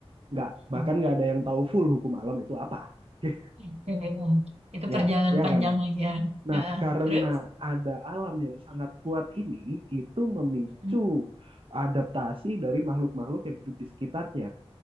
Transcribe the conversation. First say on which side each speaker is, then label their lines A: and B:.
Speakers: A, on the right (about 55°); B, on the right (about 80°).
A: Nggak, bahkan
B: mm, mm.
A: nggak ada yang tahu full hukum alam itu apa. <laughs>
B: Iya, iya. Itu
A: Ya,
B: perjalanan
A: ya
B: panjang
A: kan?
B: lagi ya.
A: Nah,
B: Ah, ah.
A: karena
B: terus?
A: ada alam yang sangat kuat ini, itu memicu
B: Mm,
A: adaptasi dari makhluk-makhluk yang hidup di sekitarnya.